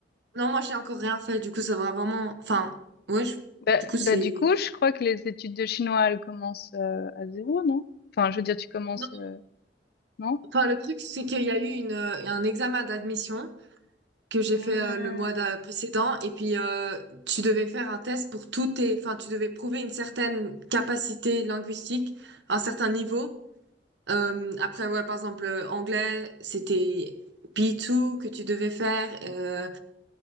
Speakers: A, on the right; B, on the left.
A: Non, moi, j'ai encore rien fait, du coup, ça va vraiment, enfin, ouais, je-
B: Bah,
A: du coup, c'est...
B: bah, du coup, je crois que les études de chinois, elles commencent euh, à zéro, non? Enfin, je veux dire, tu commences,
A: Non,
B: euh, non?
A: Enfin, le truc, c'est qu'il y a eu une, euh, un examen d'admission. que j'ai
B: Euh,
A: fait euh, le mois d'a- précédent. Et puis, euh, tu devais faire un test pour tous tes... Enfin, tu devais prouver une certaine capacité linguistique, un certain niveau. Euh, après, ouais, par exemple, euh, anglais, c'était B2 que tu devais faire. euh,